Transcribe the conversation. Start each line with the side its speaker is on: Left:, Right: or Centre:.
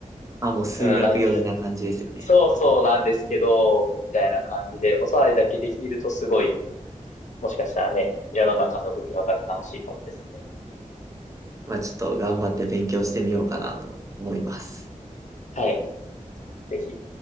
Right: まあ、もう数学寄りな感じですよね。
Left: うん、なんていうの。そうそうなんですけど、みたいな感じで、おさわりだけできるとすごい、もしかしたらね、世の中の動きが分かって楽しいかもですね。
Right: まあ、ちょっと頑張って勉強してみようかなと思います。
Left: はい。ぜひ。